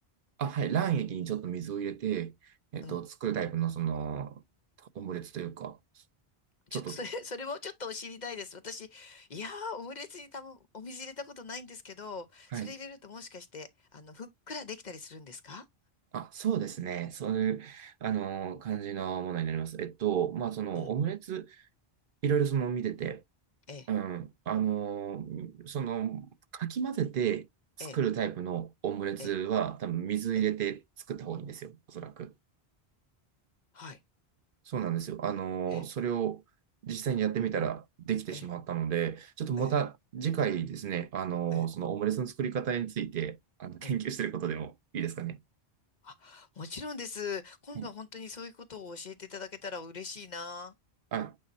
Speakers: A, on the right; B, on the left.
A: あ、はい、卵液にちょっと水を入れて、えっと、
B: うん。
A: 作るタイプの、その、オムレツというか、ちょっと、
B: ちょっとそれ、<laughs> それもちょっと知りたいです。私、いやー、オムレツにたも、お水入れたことないんですけど、
A: はい。
B: それ入れるともしかして、あの、ふっくらできたりするんですか
A: あ、そうですね。そういう、あの、感じのものになります。えっと、まあ、その、
B: うん。
A: オムレツ、いろいろその、見てて、
B: ええ、
A: うん、あのーその、かき混ぜて作るタイプのオムレツは、
B: ええ、ええ、
A: 多分水入れて作った方がいいんですよ、
B: ええ、
A: おそらく。
B: はい。
A: そうなんですよ。あのーそれを実際にやってみたらできてしまったので、
B: ええ、ええ、
A: ちょっとまた次回ですね、
B: ええ、
A: あのーそのオムレツの作り方について、
B: ええ、
A: あの、研究してることでもいいですかね。
B: ええあ、もちろんです。今度は本当にそういうことを教えていただけたら嬉しいな。
A: はいあ